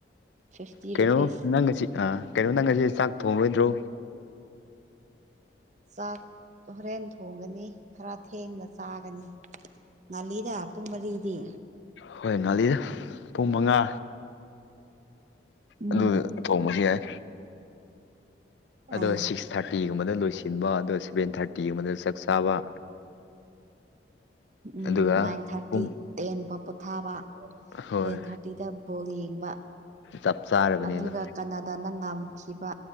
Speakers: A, on the right (about 40°); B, on the left (about 80°).
A: ꯐꯤꯐꯇꯤ
B: ꯀꯩꯅꯣ
A: ꯔꯨꯄꯤꯁ
B: ꯅꯪ ꯉꯁꯤ ꯑ ꯀꯩꯅꯣ ꯅꯪ ꯉꯁꯤ ꯆꯥꯛ ꯊꯣꯡꯔꯣꯏꯗ꯭ꯔꯣ
A: ꯆꯥꯛ ꯍꯣꯔꯦꯟ ꯊꯣꯡꯒꯅꯤ ꯈꯔ ꯊꯦꯡꯅ ꯆꯥꯒꯅꯤ ꯅꯜ ꯏꯗ ꯑꯄꯨꯡ ꯃꯔꯤ ꯏ
B: ꯍꯣꯏ ꯅꯥꯂꯤꯗ ꯄꯨꯡ ꯃꯉꯥ
A: ꯎꯝ
B: ꯑꯗꯨ ꯊꯣꯡꯕꯁꯨ ꯌꯥꯏ ꯑꯗꯨꯒ
A: ꯑꯧ
B: ꯁꯤꯛꯁ ꯊꯥꯔꯇꯤꯒꯨꯝꯕꯗ ꯂꯣꯏꯁꯤꯟꯕ ꯑꯗ ꯁꯚꯦꯟ ꯊꯥꯔꯇꯤꯒꯨꯝꯕꯗ ꯆꯥꯛ ꯆꯥꯕ
A: ꯎꯝ
B: ꯑꯗꯨꯒ
A: ꯅꯥꯏꯟ ꯊꯥꯔꯇꯤ
B: ꯄꯨꯡ
A: ꯇꯦꯟ ꯐꯥꯎ ꯄꯣꯊꯥꯕ
B: ꯍꯣꯏ
A: ꯇꯦꯟ ꯊꯥꯔꯇꯤꯗ ꯕꯣꯜ ꯌꯦꯡꯕ
B: ꯆꯞ ꯆꯥꯔꯕꯅꯦ
A: ꯑꯗꯨꯒ
B: ꯑꯗꯣ
A: ꯀꯅꯥꯗꯥꯅ ꯉꯝ ꯈꯤꯕ